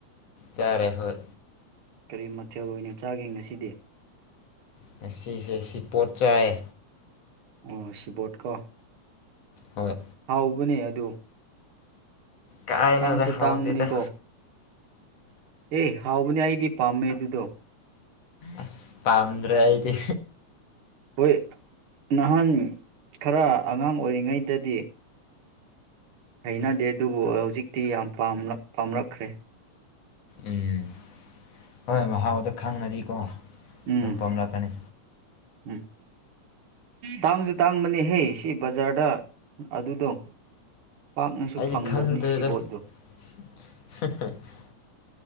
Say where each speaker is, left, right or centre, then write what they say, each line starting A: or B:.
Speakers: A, on the left; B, on the right.
A: ꯆꯥꯔꯦ ꯍꯣꯏ
B: ꯀꯔꯤ ꯃꯊꯦꯜ ꯑꯣꯏꯅ ꯆꯥꯒꯦ ꯉꯁꯤꯗꯤ
A: ꯉꯁꯤꯁꯦ ꯁꯤ ꯄꯣꯠ ꯆꯥꯏꯌꯦ
B: ꯑꯣ ꯁꯤꯕꯣꯠꯀꯣ
A: ꯍꯣꯏ
B: ꯍꯥꯎꯕꯅꯦ ꯑꯗꯨ
A: ꯀꯥꯏ
B: ꯇꯥꯡꯁꯨ
A: ꯅꯣꯗ
B: ꯇꯥꯡꯕꯅꯤꯀꯣ
A: ꯍꯥꯎꯇꯦꯗ
B: ꯑꯦ ꯍꯥꯎꯕꯅꯦ ꯑꯩꯗꯤ ꯄꯥꯝꯃꯦ ꯑꯗꯨꯗꯣ
A: ꯑꯁ ꯄꯥꯝꯗ꯭ꯔꯦ ꯑꯩꯗꯤ
B: ꯍꯣꯏ ꯅꯍꯥꯟ ꯈꯔ ꯑꯉꯥꯡ ꯑꯣꯏꯔꯤꯉꯩꯗꯗꯤ ꯍꯩꯅꯗꯦ ꯑꯗꯨꯕꯨ ꯍꯧꯖꯤꯛꯇꯤ ꯌꯥꯝ ꯄꯥꯝꯂꯛ ꯄꯥꯝꯂꯛꯈ꯭ꯔꯦ
A: ꯎꯝ ꯍꯣꯏ ꯃꯍꯥꯎꯗ ꯈꯪꯉꯗꯤꯀꯣ
B: ꯎꯝ
A: ꯑꯗꯨꯝ ꯄꯥꯝꯂꯛꯀꯅꯤ
B: ꯎꯝ ꯇꯥꯡꯖꯨ ꯇꯥꯡꯕꯅꯦꯍꯦ ꯁꯤ ꯕꯖꯥꯔꯗ ꯑꯗꯨꯗꯣ ꯄꯥꯛꯅꯁꯨ
A: ꯑꯩꯗꯤ
B: ꯐꯪꯗꯕꯅꯤ
A: ꯈꯪꯗ꯭ꯔꯦꯗ
B: ꯁꯤꯕꯣꯠꯇꯣ
A: <inaudible>